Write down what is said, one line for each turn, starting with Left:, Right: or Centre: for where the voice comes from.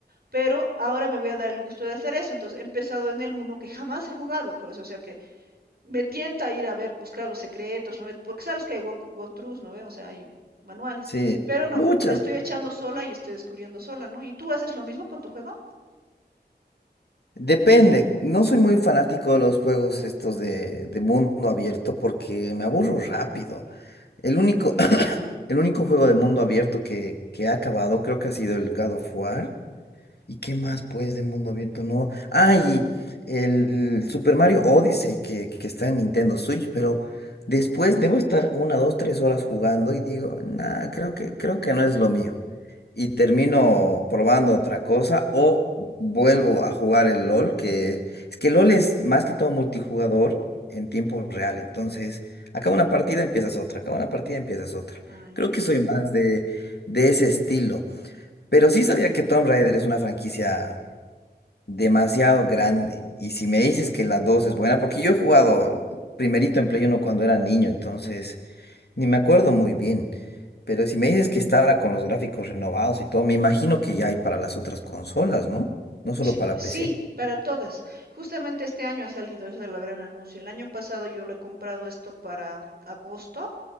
Right: Pero ahora me voy a dar el gusto de hacer eso, entonces he empezado en el uno que jamás he jugado, por eso o sea que me tienta a ir a ver, buscar los secretos, ¿no? Porque sabes que hay walk, walkthroughs, ¿no? ve? O sea, hay manuales.
Left: Sí,
Right: Pero no,
Left: muchas.
Right: le estoy echando sola y estoy descubriendo sola, ¿no? ¿Y tú haces lo mismo con tu juego?
Left: Depende, no soy muy fanático de los juegos estos de, de mundo abierto porque me aburro rápido. El único, <clears throat> el único juego de mundo abierto que, que ha acabado creo que ha sido el God of War. ¿Y qué más pues de mundo abierto? No. Ah, y el Super Mario Odyssey que, que está en Nintendo Switch, pero después debo estar una, dos, tres horas jugando y digo, nah, creo que, creo que no es lo mío. y termino probando otra cosa o vuelvo a jugar el LOL, que es que LOL es más que todo multijugador en tiempo real, entonces acaba una partida, empiezas otra, acaba una partida, empiezas otra.
Right: Ah, ya.
Left: Creo
Right: Yeah.
Left: que soy más de, de ese estilo, pero sí sabía que Tomb Raider es una franquicia demasiado grande y si me dices que la 2 es buena, porque yo he jugado primerito en Play uno cuando era niño, entonces... Ni me acuerdo muy bien, pero si me dices que está ahora con los gráficos renovados y todo, me imagino que ya hay para las otras consolas, ¿no? No solo
Right: Sí,
Left: para
Right: sí,
Left: PC.
Right: para todas. Justamente este año ha salido, ese es el gran anuncio. El año pasado yo lo he comprado esto para agosto